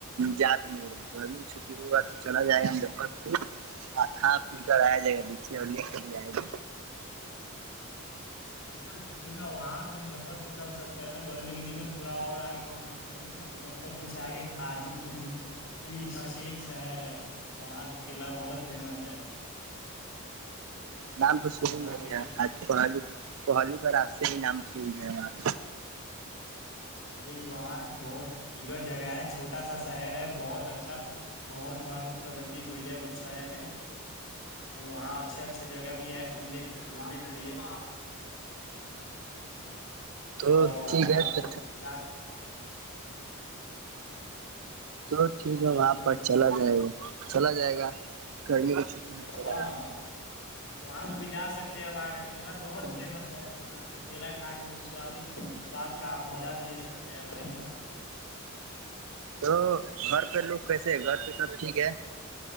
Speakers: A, on the right; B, on the left.
A: جا بھی نہیں رہا ہے گرمی چھٹی ہوا تو چلا جائے گا ہم د خت خود کھا پی کر آیا جائے گا نچے اور لے کے جائے گا
B: ا کیوں نہا وہاں سے مجفر پور چل سکتے ہیں تو گرمی کے دن میں تھوڑا اور آگے وہاں سےیں گے مجفر پور سے آگے حاجی پور جی کر کے ایک شہر ہے وہاں کے کیلا بہت فیمس ہے
A: نام تو سن
B: وہاں
A: نہیں
B: کے
A: ن آج کو آ پہاللی بار آپ سے ہی نام سوئی گئے ہمار
B: نہیں وہاں بہت خوبصورت جگہ ہے چھوٹ چھوٹا سا شہر ہے بہت اچھا بہت وہاں پہ پرگتی ہوئی ہے اس شہر میں اور وہاں اچھے اچھے جگہ بھی ہےنے گھومنے کے لیے
A: تو
B: اور وہاں
A: ٹھیک
B: پہ
A: ہے
B: آپ
A: تو
B: لوگ جا کے
A: تو ٹھیک ہے
B: پہ
A: وہاں
B: آپ لوگ
A: پر چلا جائے گا چلا جائے گا گی کی چھٹی میں چلا
B: ہاں
A: ج
B: وہاں پہ بھی جا سکتے ہیں وہاں کا کیلا بہت فیمس ہے تو وہاں پہ کیلا کھا کے وہ سوادشٹ سواد کا آپ مزہ بھی لے سکتے ہیں بھائی جان
A: تو گھر پہلو کیسے ہے گھر پہ سب ٹھیک ہے